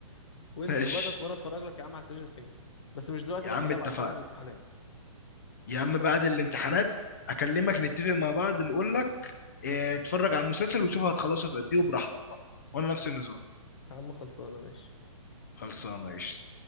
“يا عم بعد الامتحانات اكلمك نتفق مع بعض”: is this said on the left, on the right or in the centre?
Left